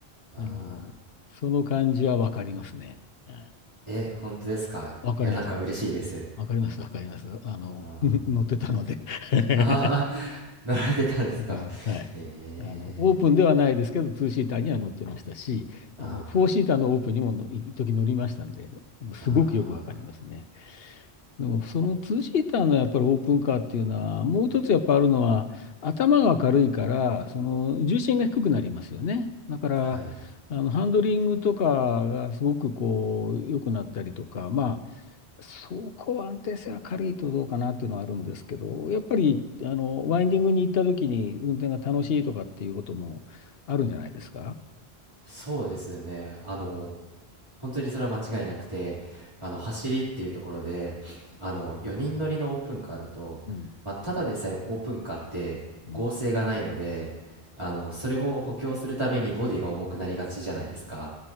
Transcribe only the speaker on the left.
あの、その感じはわかりますね。はい
わかります、
わかります。わかります、わかります。あの、
<laughs> 乗ってたので <laughs>
わかります。はい。
あの、オープンではないですけど、ツーシーターには乗ってましたし、あの、
フォーシーターのオープンにもの一時乗りましたんで、すごくよくわかりますね。
でもそのツーシーターのやっぱりオープンカーっていうのは、もう一つやっぱあるのは、頭が軽いから、その重心が低くなりますよね。だから、
あのハンドリングとかがすごくこう良くなったりとか、まあ、走行安定性は軽いとどうかなっていうのはあるんですけど、やっぱりあのワインディングに行った時に運転が楽しいとかっていうこともあるんじゃないですか。
うん、
うん、